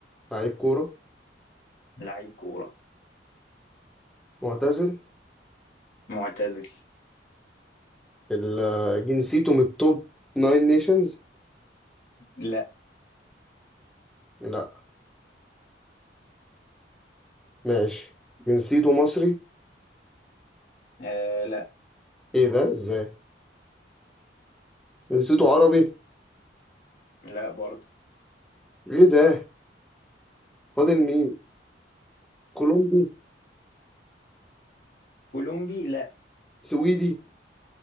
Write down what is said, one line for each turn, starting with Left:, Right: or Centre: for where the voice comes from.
Centre: لعيب كورة
Left: لعيب كورة
Centre: معتزل
Left: معتزل
Centre: ال- جنسيته من التوب ناين نيشنز
Left: لا
Centre: لا ماشي جنسيته مصري
Left: آه لا
Centre: ايه ده ازاي جنسيته عربي
Left: لا برضه
Centre: ايه ده فاضل مين كولومبي
Left: كولومبي لا
Centre: سويدي